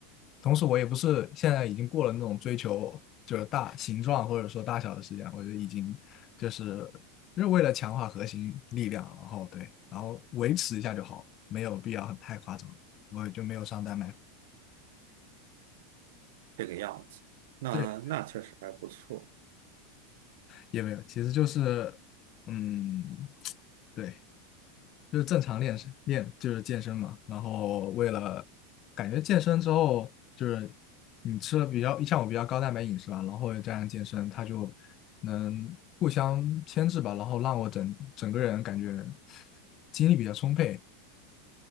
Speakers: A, on the left (about 40°); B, on the right (about 65°).
A: 同时我也不是现在已经过了那种追求就是大形状或者说大小的时间，我就已经就是。就是为了强化核心力量，然后对，然后维持一下就好，没有必要很太夸张。我就没有上丹麦，
B: 这个样子。那那确实还不错，
A: 对，也没有，其实就是，嗯，对，就是正常练身练就是健身嘛。然后为了感觉健身之后，就是你吃了比较像我比较高蛋白饮食吧，然后又加上健身，它就能互相牵制吧，然后让我整整个人感觉精力比较充沛。